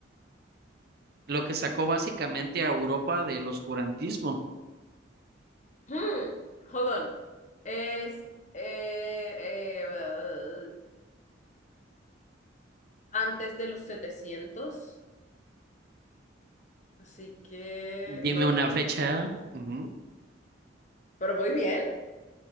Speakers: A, on the right; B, on the left.
A: lo que sacó básicamente a Europa del oscurantismo.
B: Hmm, hold on. Es eh, eh, uh, antes de los 700, así que
A: Dime
B: no,
A: una
B: no.
A: fecha. Ujú.
B: Pero voy bien,